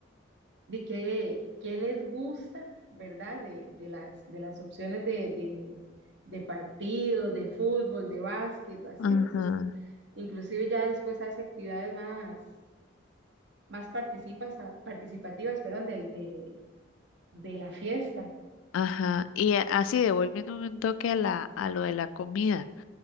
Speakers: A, on the right (about 60°); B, on the left (about 85°).
A: de qué, qué les gusta, ¿verdad? De, de las, de las opciones de, de, de partido, de fútbol, de básquet, o así.
B: Ajá.
A: Entonces, inclusive ya después hace actividades más, más participas, ah, participativas, perdón, del- del- de la fiesta.
B: Ajá, y a- así devolviéndome un toque a la, a lo de la comida,